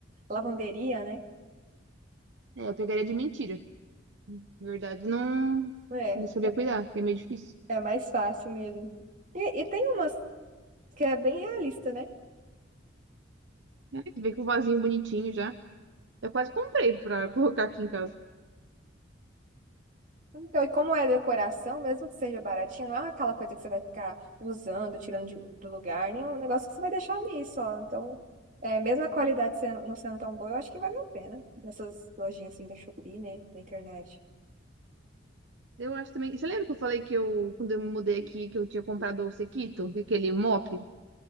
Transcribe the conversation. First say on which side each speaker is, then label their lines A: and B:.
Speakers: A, on the right; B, on the right.
A: lavanderia, né?
B: É, eu pegaria de mentira. Na verdade, não,
A: É,
B: não sabia cuidar, que é meio difícil.
A: é mais fácil mesmo. E, e tem umas que é bem realista, né?
B: É, que vem com o vasinho bonitinho já. Eu quase comprei pra <laughs> colocar aqui em casa.
A: Então, e como é decoração, mesmo que seja baratinha, não é aquela coisa que você vai ficar usando, tirando de- do lugar, nem é um negócio que você vai deixar ali só. Então, é, mesmo a qualidade sendo, não sendo tão boa, eu acho que vale a pena. Nessas lojinhas, assim, da Shopee, né? Na internet.
B: Eu acho também. Você lembra que eu falei que eu, quando eu me mudei aqui, que eu tinha comprado o Sequito, aquele mop?